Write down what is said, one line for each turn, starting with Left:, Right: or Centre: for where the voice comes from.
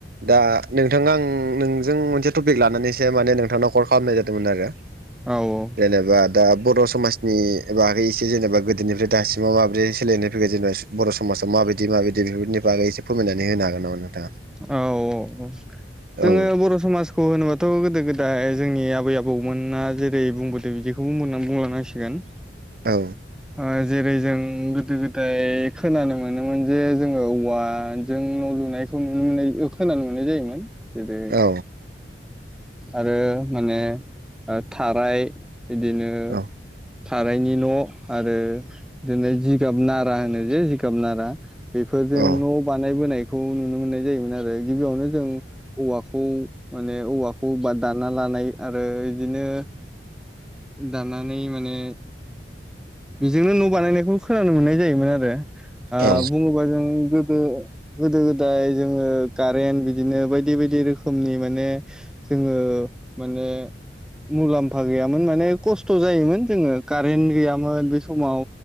Right: दा नोंथाङा आं नोंजों एसे टपिक लानानैसो माने नोंथांनाव कल खालामनाय जादोंमोन आरो
Centre: औ औ
Right: जेनेबा दा बर' समाजनि बागै एसे जेनेबा गोदोनिफ्राय दासिमाव माब्रै सोलायनाय फैगोन जेनेबा बर' समाजाव माबायदि माबायदि बेफोरनि बागै एसे फोरमायनानै होन हागोन नामा नोंथाङा?
Centre: औ औ औ जोङो
Right: औ
Centre: बर' समाजखौ होनोबाथ' गोदो गोद दा जोंनि आबै आबौमोना जेरै बुंबोदों बिदिखौनानै बुंलांनांसिगोन
Right: औ
Centre: ओ जेरै जों गोदो गोदाय खोनानो मोनोमोन जे जोङो औवाजों न' लुनाय नुनो मोननाय खोनानो मोननाय जायोमोन जेरै
Right: औ
Centre: आरो माने थाराय बिदिनो
Right: औ
Centre: थारायनि न' आरो बिदि जिगाब नारा होनो जे जिगाब नारा बेफोरजों
Right: औ
Centre: न' बानायबोनायखौ नुनो मोननाय जायोमोन आरो गिबियावनो जों औवाखौ खौ माने औवाखौबा दाना लानाय आरो बिदिनो दानानै माने बेजोंनो न' बानायनायखौ खोनानो मोननाय जायोमोन आरो ओ
Right: औ
Centre: बुङोबा जों गोदो गोदो गोदाय जोङो कारेन्ट बिदिनो बायदि बायदि रोखोमनि माने जोङो माने मुलाम्फा गैया मोन माने खस्थ' जायोमोन जोङो कारेन्त गैयामोन बे समाव